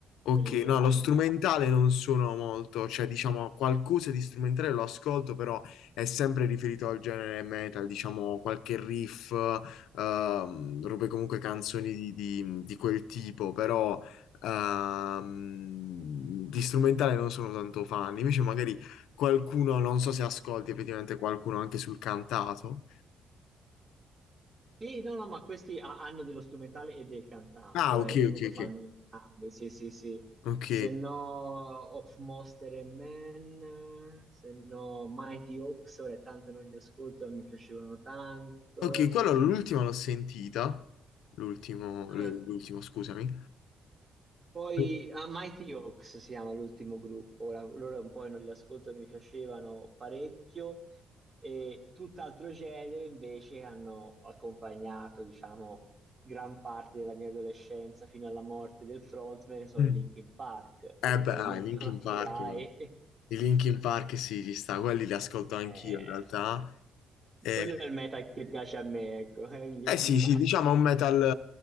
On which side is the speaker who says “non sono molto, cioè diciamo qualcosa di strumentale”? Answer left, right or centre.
Left